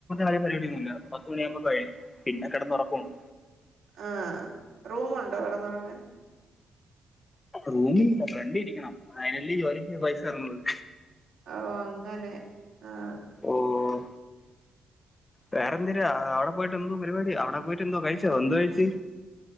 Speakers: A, on the left; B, on the right.
A: പരിപടിയൊന്നുമില്ല പത്ത് മണിയാക്പോ കഴിയും പിന്നെ കിടന്നുറക്കണം
B: ആഹ്‌ റൂമുണ്ടോകെട്ന്നൊറ്ങ്ങാൻ?
A: റൂമീല്ല ഫ്രണ്ട് രിക്കണം അതിനല്ലെ ജോലിക്ക്പൈസതര്ന്നത്
B: ഓഹ് അങ്ങനെ ആഹ്‌
A: ഓഹ്‌ വേറെന്ത് ര് അവടെ പോയ്ട്ടൊന്തോ പരിപാടി അവിടെ പോയിട്ട് ന്തോ കഴിച്ചോ എന്ത്കഴിച്ച്?